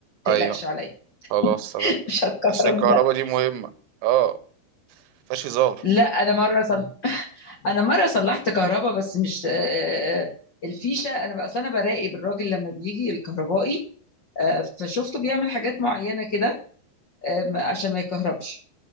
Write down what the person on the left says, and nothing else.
ما
تقلقش عليا
<laughs> مش هتكهرب
لا
لا انا مره صل... انا مره صلحت كهرباء بس مش آه، آه، الفيشه انا بقى اصل انا براقب الراجل لما بيجي الكهربائي آه، فشفته بيعمل حاجات معينه كده آه، عشان ما يكهربش